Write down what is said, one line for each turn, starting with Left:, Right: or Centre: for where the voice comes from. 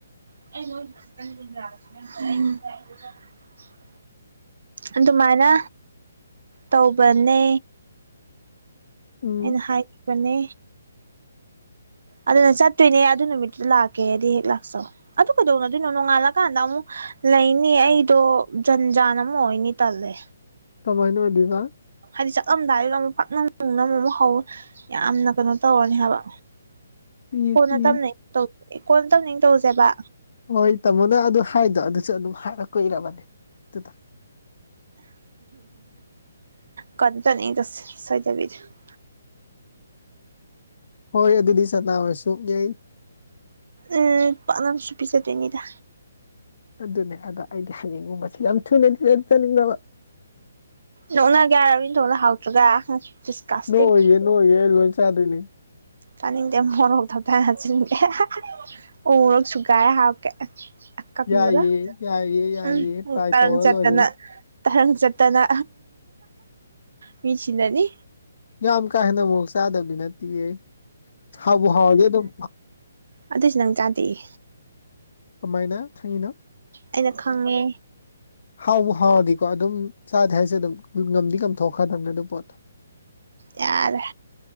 Right: <unintelligible> ꯑꯗꯨꯃꯥꯏꯅ ꯇꯧꯕꯥꯅꯦ
Left: ꯎꯝ
Right: ꯑꯩꯅ ꯍꯥꯏꯈꯤꯕꯅꯦ ꯑꯗꯨꯅ ꯆꯠꯇ꯭ꯔꯤꯅꯦ ꯑꯗꯨ ꯅꯨꯃꯤꯠꯇꯨꯗ ꯂꯥꯛꯀꯦꯗꯤ ꯍꯦꯛ ꯂꯥꯛꯆꯧ ꯑꯗꯨ ꯀꯩꯗꯧꯅꯗꯣꯏꯅꯣ ꯅꯣꯡꯉꯥꯜꯂꯥꯀꯥꯟꯗ ꯑꯃꯨꯛ ꯂꯩꯅꯤ ꯑꯩꯗꯣ ꯖꯟ ꯖꯥꯟ ꯑꯃꯨꯛ ꯑꯣꯏꯅꯤ ꯇꯜꯂꯦ
Left: ꯀꯃꯥꯏꯅ ꯑꯣꯏꯗꯣꯏꯕ
Right: ꯍꯥꯏꯗꯤ ꯆꯠꯂꯝꯗꯥꯏꯗꯨꯗ ꯑꯃꯨꯛ ꯄꯥꯛꯅꯝ ꯑꯃꯨꯛ ꯅꯝ ꯑꯃꯨꯛ ꯍꯧ ꯌꯥꯝꯅ ꯀꯩꯅꯣ ꯇꯧꯔꯥꯅꯤ ꯍꯥꯏꯕ
Left: ꯄꯤꯁ
Right: ꯀꯣꯟꯅ
Left: ꯄꯤꯁ
Right: ꯇꯞꯅ ꯏꯪꯅ ꯇꯧꯁꯦ ꯀꯣꯟꯅ ꯇꯝꯅ ꯏꯪꯅ ꯇꯧꯔꯥꯁꯦꯕꯥ
Left: ꯍꯣꯏ ꯇꯥꯃꯣꯅ ꯑꯗꯨ ꯍꯥꯏꯗꯣ ꯑꯗꯨꯁꯨ ꯑꯗꯨꯝ ꯍꯥꯏꯕ ꯀꯨꯏꯔꯥꯕꯅꯦ ꯑꯗꯨꯗꯣ
Right: ꯀꯗ ꯇꯅꯤ ꯆ ꯁꯣꯏꯗꯥꯕꯤꯗ <unintelligible>
Left: ꯍꯣꯏ ꯑꯗꯨꯗꯤ ꯆꯥꯅꯥ ꯑꯣꯏꯔꯁꯨ ꯌꯥꯏ
Right: ꯎ ꯄꯥꯅꯝꯁꯨꯄꯤꯤꯁꯦ ꯇꯣꯏꯅꯤꯗ
Left: ꯑꯗꯨꯅꯦ ꯑꯗ ꯑꯩꯗꯤ ꯍꯌꯦꯡꯅꯤꯡꯕꯁꯤ ꯌꯥꯝ ꯊꯨꯅꯗꯤ ꯆꯠ ꯆꯅꯤꯡꯗꯕ
Right: ꯅꯪꯅ ꯒꯌꯥꯔꯟ ꯊꯧꯅ ꯍꯥꯎꯇ꯭ꯔꯒ ꯗꯤꯁꯀꯥꯁꯇꯤꯡ
Left: ꯅꯣꯏ ꯑꯣꯏꯌꯦꯦ ꯅꯣꯏꯌꯦꯦ ꯑꯩ ꯂꯣꯏ ꯆꯥꯗꯣꯏꯅꯤ
Right: ꯇꯅꯤꯡꯗ ꯃꯣꯔꯧ ꯊꯕ ꯊꯖꯤꯦ ꯎꯔꯛꯁꯨꯨꯒꯥꯏ ꯍꯥꯎꯀꯦ ꯀꯪꯕꯗ
Left: ꯌꯥꯏꯌꯦ ꯌꯥꯏꯌꯦ ꯌꯥꯏꯌꯦ
Right: ꯎꯝ ꯑꯃꯨꯛ
Left: ꯇ꯭ꯔꯥꯏ
Right: ꯇꯥꯔꯪ
Left: ꯇꯧꯔ
Right: ꯆꯠꯇꯥꯅ
Left: ꯂꯣꯏꯔꯦ
Right: ꯇꯥꯔꯪ ꯆꯠꯇꯅ ꯃꯤ ꯁꯤꯅꯥꯅꯤ
Left: ꯌꯥꯝ ꯀꯥ ꯍꯦꯟꯅ ꯃꯣꯔꯣꯛ ꯆꯥꯗꯕꯗꯤ ꯅꯠꯇꯤꯌꯦ ꯍꯥꯎꯕꯨ ꯍꯥꯎꯔꯗꯤ ꯑꯗꯨꯝ
Right: ꯑꯗꯨ ꯑꯣꯏꯁꯨ ꯅꯪ ꯆꯥꯗꯤꯌꯦ
Left: ꯀꯃꯥꯏꯅ ꯈꯪꯉꯤꯅꯣ
Right: ꯑꯩꯅ ꯈꯪꯉꯦ
Left: ꯍꯥꯎꯕ ꯍꯥꯎꯔꯗꯤꯀꯣ ꯑꯗꯨꯝ ꯆꯥꯗꯦ ꯍꯥꯏꯁꯦ ꯑꯗꯨꯝ ꯉꯝꯗꯤ ꯀꯝꯊꯣꯛꯈ꯭ꯔꯗꯕꯅꯦ ꯑꯗꯨ ꯄꯣꯠ
Right: ꯌꯥꯔ